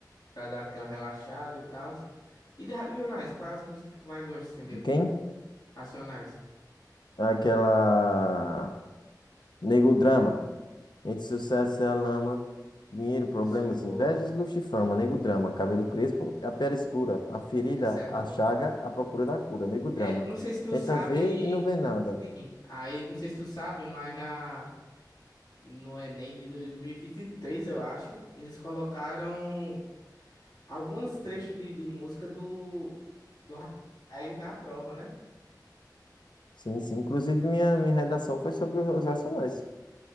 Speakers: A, on the left; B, on the left.
A: pra dar aquela relaxada e tal. E de Racionais, qual é as músicas que tu mais gosta assim, dele?
B: E quem?
A: Racionais.
B: Aquela Nego Drama. Entre sucesso e a lama, dinheiro, problemas,
A: Essa é boa.
B: invejas, luxo e fama. Nego Drama. Cabelo crespo, a pele escura. A ferida,
A: Essa é boa.
B: a chaga, a procura da cura. Nego Drama.
A: É, não sei se tu
B: Tenta
A: sabe.
B: ver e não vê nada.
A: Sim, aí não sei se tu sabe, mas na no Enem de 2023, eu acho, eles colocaram alguns trechos de, de música do do Racionais na prova, né?
B: Sim, sim. Inclusive, minha, minha redação foi sobre os Racionais.